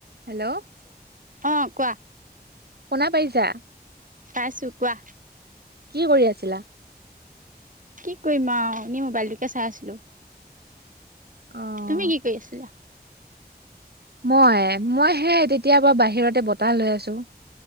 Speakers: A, on the right; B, on the right.
A: Hello
B: অ কোৱা
A: শুনা পাইছা?
B: পাইছোঁ কোৱা।
A: কি কৰি আছিলা?
B: কি কৰিম আৰু এনেই মোবাইলটোকে চাই আছিলোঁ।
A: অ',
B: তুমি কি কৰি আছিলা?
A: মই, মই হে তেতিয়া পৰা বাহিৰতে বতাহ লৈ আছোঁ।